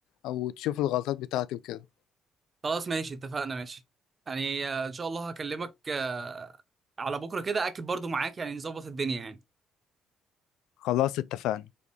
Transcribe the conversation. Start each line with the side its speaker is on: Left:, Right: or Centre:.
Left: أو تشوف الغلطات بتاعتي وكده
Right: خلاص ماشي اتفقنا ماشي يعني آه، ان شاء الله هكلمك آه، على بكره كده اكد برضو معاك يعني نظبط الدنيا يعني
Left: خلاص اتفقنا